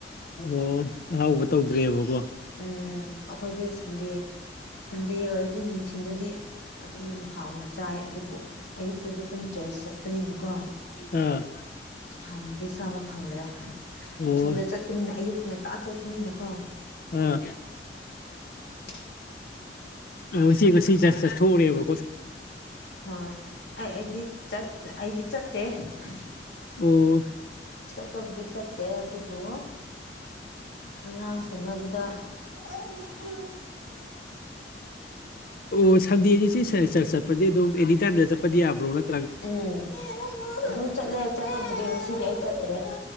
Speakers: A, on the left; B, on the left.
A: ꯑꯣ ꯑꯍꯥꯎꯕ ꯇꯧꯗ꯭ꯔꯦꯕꯀꯣ
B: ꯎꯝ ꯑꯩꯈꯣꯏꯗꯤ ꯁꯟꯗꯦ ꯁꯟꯗꯦ ꯑꯣꯏꯔꯗꯤ ꯅꯨꯡꯊꯤꯟꯗꯗꯤ ꯑꯗꯨꯝ ꯍꯥꯎꯅ ꯆꯥꯏ ꯑꯗꯨꯕꯨ ꯑꯌꯨꯛꯇꯗꯤ ꯑꯗꯨꯝ ꯆꯔꯆ ꯆꯠꯄꯅꯤꯅꯀꯣ
A: ꯑꯥ
B: ꯍꯥꯡꯉꯗꯤ ꯆꯥꯕ ꯐꯪꯗ꯭ꯔꯦ
A: ꯑꯣ
B: ꯊꯨꯅ ꯆꯠꯄꯅꯤꯅ ꯑꯌꯨꯛ ꯉꯟꯇꯥ ꯆꯠꯄꯅꯤꯅꯀꯣ
A: ꯑꯥ
B: <inaudible>
A: ꯑꯣ ꯁꯤꯒ ꯁꯤ ꯆꯔꯆ ꯆꯠꯊꯣꯛꯎꯔꯦꯕ
B: ꯍꯣꯏ ꯑꯩ ꯑꯩꯗꯤ ꯆꯔꯆ ꯑꯩꯗꯤ ꯆꯠꯇꯦ ꯍ
A: ꯑꯣ
B: ꯆꯠꯄꯕꯨꯗꯤ ꯆꯠꯇꯦ ꯑꯗꯨꯕꯨ ꯑꯉꯥꯡ ꯁꯥꯟꯅꯕꯗ <unintelligible>
A: ꯑꯣ ꯁꯟꯗꯦꯅꯤ ꯁꯤ ꯆ꯭ꯔꯆ ꯆꯠꯄꯁꯦ ꯑꯗꯨꯝ ꯑꯦꯅꯤ ꯇꯥꯏꯝꯗ ꯆꯠꯄꯗꯤ ꯌꯥꯕ꯭ꯔꯣ ꯅꯠꯇ꯭ꯔ
B: ꯎꯝ ꯑꯗꯨꯝ ꯆꯠꯂꯦ ꯆꯠꯄꯕꯨꯗꯤ ꯉꯁꯤꯗꯤ ꯑꯩ ꯆꯠꯇ꯭ꯔꯦ